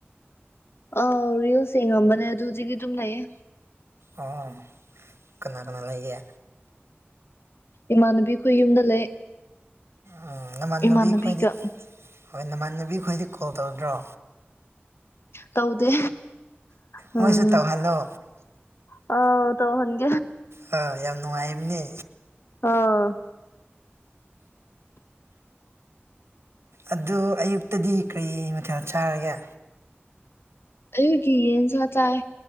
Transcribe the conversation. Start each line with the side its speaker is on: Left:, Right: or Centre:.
Left: ꯑꯥꯎ ꯔꯤꯜꯁ ꯌꯦꯝꯕꯅꯦ ꯑ ꯍꯧꯖꯤꯛꯀꯤ ꯑꯗꯨꯝ ꯂꯩꯌꯦ
Right: ꯑꯣ ꯀꯅꯥ ꯀꯅꯥ ꯂꯩꯒꯦ
Left: ꯏꯃꯥꯟꯅꯕꯤ ꯑꯩꯈꯣꯏ ꯌꯨꯝꯗ ꯂꯩ
Right: ꯎꯝ ꯅꯃꯥꯟꯅꯕꯤ
Left: ꯏꯃꯥꯟꯅꯕꯤꯒ
Right: ꯈꯣꯏꯗꯤ ꯍꯣꯏ ꯅꯃꯥꯟꯅꯕꯤ ꯈꯣꯏꯗꯤ ꯀꯣꯜ ꯇꯧꯔꯗ꯭ꯔꯣ
Left: ꯇꯧꯗꯦ ꯎꯝ
Right: ꯃꯣꯏꯁꯨ ꯇꯧꯍꯜꯂꯣ
Left: ꯑ ꯇꯧ ꯎꯝ
Right: ꯑꯥ ꯌꯥꯝ ꯅꯨꯡꯉꯥꯏꯕꯅꯦ
Left: ꯑꯣꯥꯎ
Right: ꯑꯗꯨ ꯑꯌꯨꯛꯇꯗꯤ ꯀꯔꯤ ꯃꯊꯦꯜ ꯆꯥꯔꯒꯦ
Left: ꯑꯒꯤ ꯌꯦꯟꯁ ꯆꯥꯏ